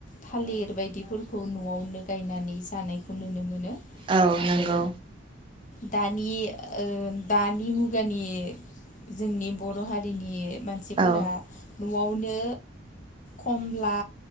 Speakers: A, on the left; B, on the right.
A: थालिर बायदिफोरखौ खौ न'आवनो गायनानै जानायखौ नुनो मोनो।
B: औ
A: आरो
B: नंगौ।
A: दानि ओ दानि मुगानि जोंनि बर' हारिनि मानसिफोरा
B: औ
A: न'आवनो खमला